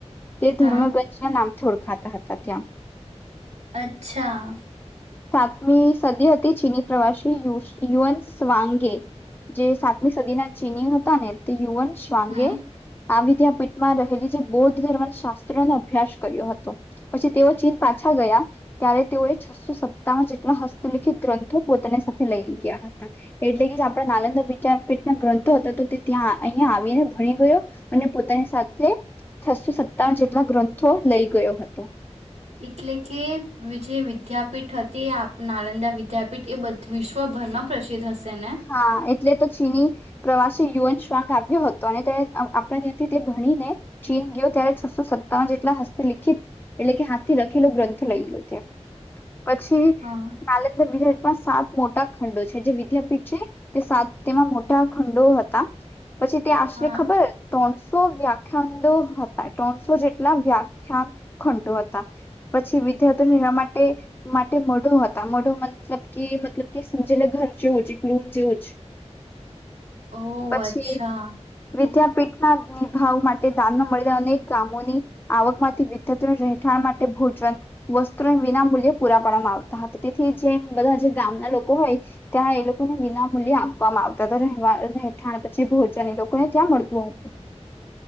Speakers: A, on the left; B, on the right.
A: તે
B: હા
A: ધર્મગંજ ના નામ થોડક ખાતા હતા ત્યાં
B: અચ્છા
A: સાતમી સદી હતી ચીની પ્રવાસી યુઅન સ્વાંગે જે સાતમી સદીના ચીની હતા ને તે યુઅન શ્વાંગે
B: હમ
A: આ વિદ્યાપીઠમાં રહેલી જે બૌદ્ધ ધર્મ શાસ્ત્રનોો અભ્યાસ કર્યો હતો પછી તેઓ ચીન પાછા ગયા ત્યારે તેઓએ છસો સત્તાવન જેટલા હસ્તલિખિત ગ્રંથો પોતાની સાથે લઈ ગયા હતા એટલે કે આપણા નાલંદા વિપીઠના ગ્રંથો હતા તો તે ત્યાં અહીિયાયા આવીને ભણી ગયો અને પોતાની સાથે છસો સત્તાન જેટલા ગ્રંથો લઈ ગયો હતો
B: એટલે કે જે વિદ્યાપીઠ હતી નાલંદા વિદ્યાપીઠ એ બ વિશ્વભરમાં પ્રસિદ્ધ હશે ને
A: હા એટલે તો ચીની પ્રવાસી યુન ંગ આવ્યો હતો અને તે આપણા ત્યાંથી તે ણીને ચીન ગયો ત્યારે છસો સત્તાવન જેટલા હસ્તલિખિત એટલે કે હાથથી લખેલો ગ્રંથ લઈ ગયો છે પછી
B: હા
A: કાલે તો બીજા સાત મોટા ખંડો છે જે વિદ્યાપીઠ તે સાત તેમાં મોટા ખંડો હતા પછી ત્યાં આશરે
B: હા
A: ખબર તો સો વ્યાખ્યાડો હતા ત્રણસો જેટલા વ્યાખ્યાન ખંડો હતા પછી વિદ્યાર્થીઓ એવા માટે માટે મોઢો હતા મોઢો મતલબ કે મતલબ કે સમજેલા ઘર જેવું છેઈ બ્લું જુંજ
B: ઓહ
A: પછી
B: અચ્છા
A: વિદ્યા પીટના નિભાવ માટે દાનમાં મળેલા અનેક ગામોની આવક માંથી વિદ્યત રહેઠાણ માટે ભોજન વસ્ત્રો વિના મૂલ્ય પૂરા પાડવામાં આવતા હતા તેથી જે બધા જે ગામના લોકો હોય ત્યાં એ લોકો ને વિના મૂલ્યે આપવામાં આવતાવા રહેઠાણ પછી ભોજન લોકોને ત્યાં મળતું હતું